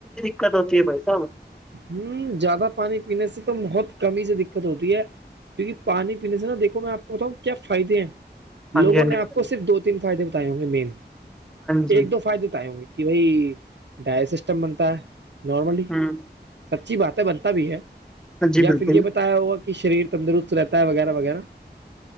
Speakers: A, in the centre; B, on the right.
A: دت ہوتی ہے بھ صابر
B: ہوں زیادہ پانی پینے سے تو بہت کمی ہی سے دقت ہوتی ہے کیوںک پانی پینے سے نہا دیکو میں آپ کو بتاؤں کیا فائدے ہیں لوگوں
A: ہاں
B: نے آپ کو صرف دو تین فائدے بتائے ہوں گے مین
A: جی
B: ایک دو فائدے تو آئے ہوں گے کہ بھائی ڈائٹ سسٹم بنتا ہے نارمل
A: ہاں
B: سچی باتیں بنتا بھی ہے
A: جی
B: یا
A: بتائیے
B: پھر یہ ہوگا کہ شریر تندرست رہتا ہے وغیرہ وغیرہ